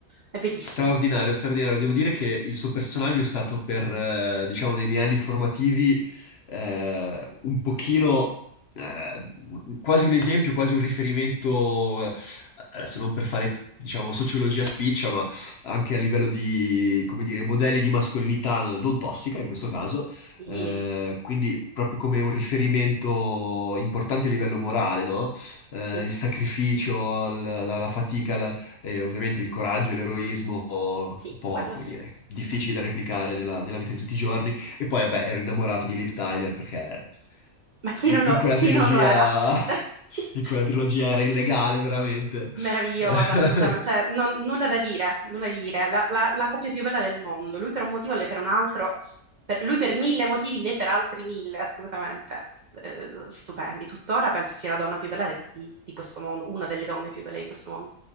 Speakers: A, on the right; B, on the left.
A: È bellissimo.
B: Straordinario, straordinario. Devo dire che il suo personaggio è stato per, eh, diciamo, nei miei anni formativi eh, un pochino, eh, un- quasi un esempio, quasi un riferimento, eh, adesso non per fare, diciamo, sociologia spiccia, ma anche a livello di, come dire, modelli di mascolinità non tossica in questo caso,
A: Sì,
B: eh, quindi proprio come un riferimento importante a livello morale, no? Eh,
A: sì,
B: il sacrificio, la, la- la fatica, e ovviamente il coraggio e l'eroismo, un
A: sì,
B: po',
A: quello
B: come
A: sì,
B: dire, difficili
A: certo.
B: da replicare nella, nella vita di tutti i giorni. E poi, vabbè, ero innamorato di Liv Tyler perché
A: Ma chi
B: in,
A: non lo,
B: in quella
A: chi
B: trilogia,
A: non lo era? <laughs>
B: <laughs> in quella trilogia era illegale, veramente.
A: Meravigliosa,
B: <laughs>
A: assolutamente, cioè non- nulla da dire, nulla da dire, la, la- la coppia più bella del mondo, lui per un motivo, lei per un altro, per- lui per mille motivi, lei per altri mille, assolutamente, Eh, stupendi, tuttora penso sia la donna più bella di, di questo mondo, una delle donne più belle di questo mondo.